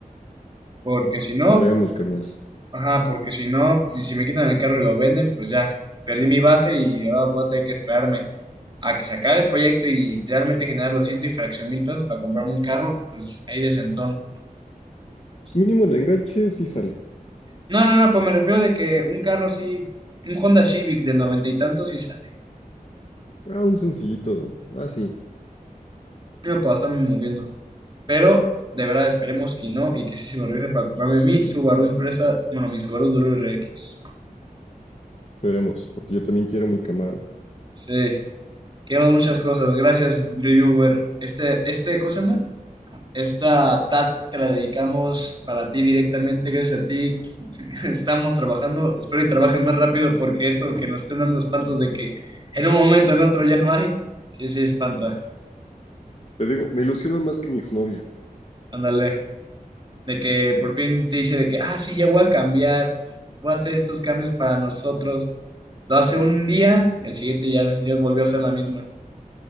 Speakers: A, on the right (about 30°); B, on the left (about 45°).
A: Porque si no,
B: Esperemos, carnal.
A: ajá, porque si no, y si me quitan el carro y lo venden, pues ya, perdí mi base y ahora voy a tener que esperarme a que se acabe el proyecto y realmente generar los ciento y fracción mil pesos para comprarme un carro, pues ahí de sentón.
B: Pues mínimo el enganche sí sale.
A: No, no, no, pues me refiero de que un carro así, un Honda Civic de noventa y tantos sí sale.
B: Ah, un sencillito. Ah, sí.
A: Yo puedo estarme moviendo. Pero de verdad esperemos y no, y que sí se me regrese para comprarme mi Subaru impresa, bueno, mi Subaru WRX.
B: Esperemos, porque yo también quiero mi Camaro.
A: Sí, queremos muchas cosas. Gracias, reviewer. Este, este, ¿cómo se llama? Esta task te la dedicamos para ti directamente, gracias a ti. <laughs> Estamos trabajando, espero y trabajes más rápido porque esto que nos estén dando espantos de que en un momento, en otro ya no hay, sí, sí, espanta.
B: Te digo, me ilusiona más que mi exnovia.
A: Ándale. de que por fin te dice de que, ah, sí, ya voy a cambiar, voy a hacer estos cambios para nosotros. Lo hace un día y al siguiente ya, ya volvió a ser la misma.